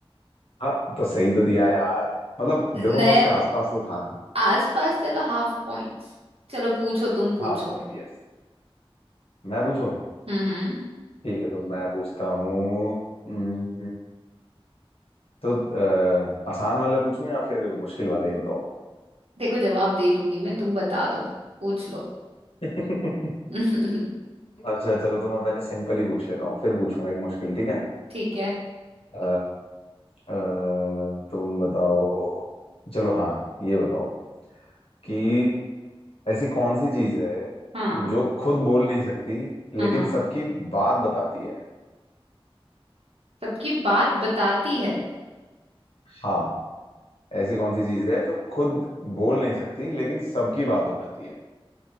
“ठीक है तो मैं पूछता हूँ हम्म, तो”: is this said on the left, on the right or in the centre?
Left